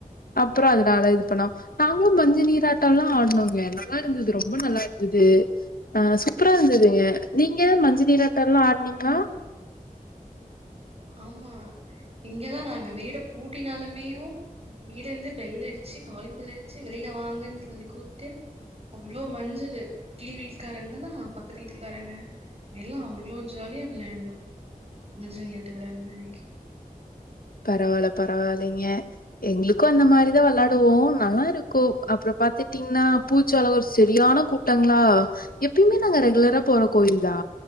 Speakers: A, on the left (about 80°); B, on the right (about 45°).
A: அப்புறோ அ இது பண்ணோ நாங்களும் மஞ்சள் நீராட்டோ ல்லா ஆடனோங்க நல்லா இருந்துது ரொம்ப நல்லா இருந்துது ஆ சூப்பரா இருந்துதுங்க நீங்க மஞ்சள் நீராட்டோல்லா ஆட்னீங்ளா
B: ஆமா இங்கதா நாங்க வீட பூட்டினாலுமேயு வெளில இருந்து பெல் அடிச்சு காலிங் பெல் அடிச்சு வெளியில வாங்கன் சொல்லி கூப்ட்டு அவ்ளோ மஞ்சளு கீழா வீட்டுக்காரங்கல்லா பக்கத்து வீட்டுக்காரங்க எல்லா அவ்ளோ ஜாலியா விளையாண்டோ மஞ்சள்நீராட் <unintelligible>
A: பரவால்ல பரவால்லைலைங்க எங்களுக்கு அந்த மாரிதா வெளாடுவோ நல்லா இருக்கு அப்றோ பாத்துட்டீங்கன்னா பூச்சோல ஒரு சரியான கூட்டங்ளா எப்புய்மே நாங்க ரெகுலரா போறோ கோயில தா